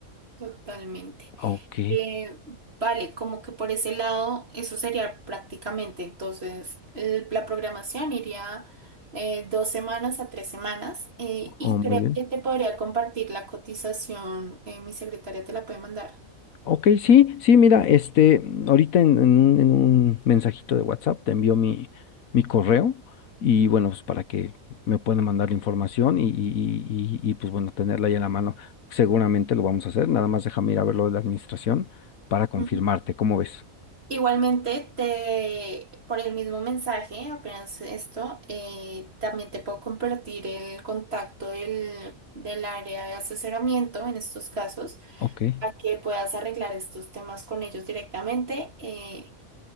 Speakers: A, on the right; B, on the left.
A: Totalmente.
B: Ok,
A: Eh, vale, como que por ese lado, eso sería prácticamente. Entonces, el- la programación iría eh, dos semanas a tres semanas eh, y
B: oh, muy
A: creo
B: bien.
A: que te podría compartir la cotización. eh, mi secretaria te la puede mandar.
B: Ok, sí, sí, mira, este, ahorita en, en un, en un mensajito de WhatsApp te envío mi, mi correo y bueno, pues para que me puedan mandar la información y, y, y, y, y, pues bueno, tenerla ahí en la mano. Seguramente lo vamos a hacer, nada más déjame ir a ver lo de la administración para confirmarte,
A: Ujú.
B: ¿cómo ves?
A: Igualmente, te, por el mismo mensaje, apenas esto, eh, también te puedo compartir el contacto del, del área de asesoramiento en estos casos
B: Ok, eh,
A: para que puedas arreglar estos temas con ellos directamente eh,